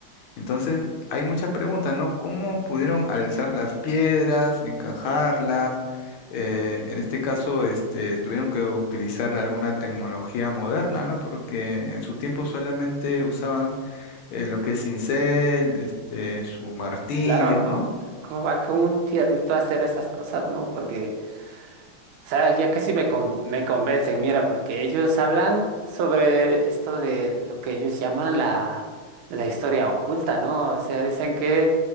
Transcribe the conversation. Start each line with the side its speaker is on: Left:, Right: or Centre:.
Left: Entonces, hay muchas preguntas, ¿no? ¿Cómo pudieron alzar las piedras, encajarlas? Eh, en este caso, este, tuvieron que utilizar alguna tecnología moderna, ¿no? Porque en su tiempo solamente usaban eh, lo que es cincel, este, su martillos,
Right: claro, no.
Left: ¿no?
Right: ¿Cómo van con un fierrito a hacer esas cosas, no? Porque, o sea, ya casi me, con- me convencen, mira, porque ellos hablan sobre esto de lo que ellos llaman la, la historia oculta, ¿no? O sea, dicen que